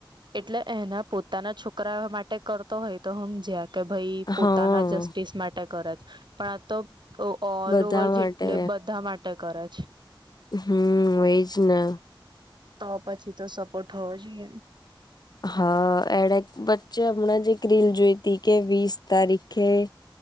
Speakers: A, on the right (about 60°); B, on the left (about 50°).
A: એટલે એના પોતાના છોકરા માટે કરતો હોય તો હમ જ કે ભઈ પોતાના
B: હા
A: જસ્ટિસ માટે કરત પણ આ તો તો ઓલ
B: બધા
A: ઓવર જેટલે
B: માટે
A: બધા માટે કરે છે.
B: હમ એજ ને
A: તો પછી તો સપોર્ટ થવો જોઈએ
B: હા એણે વચ્ચે હમણાં જે એક રીલ જોઈ હતી કે વીસ તારીખે